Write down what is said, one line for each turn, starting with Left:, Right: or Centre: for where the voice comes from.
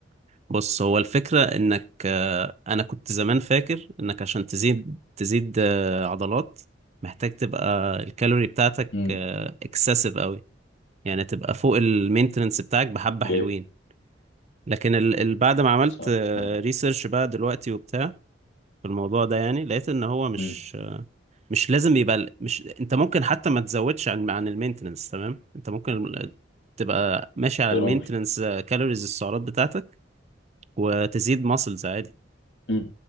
Right: بص هو الفكرة انك آه، انا كنت زمان فاكر انك عشان تزيد تزيد آه، عضلات محتاج تبقى الكالوري بتاعتك
Left: امم
Right: اكسسيف قوي يعني تبقى فوق المينتننس بتاعك بحبة
Left: اوكي
Right: حلوين لكن ال ال- بعد ما عملت
Left: صح امم
Right: ريسيرش بقى دلوقتي وبتاع في الموضوع ده يعني لقيت ان هو مش
Left: أمم.
Right: مش لازم يبقى ال- مش انت ممكن حتى ما تزودش عن عن المينتننس تمام انت ممكن ال- تبقى ماشي على
Left: يا
Right: المينتننس
Left: راجل
Right: كالوريز السعرات بتاعتك وتزيد ماسلز عادي
Left: امم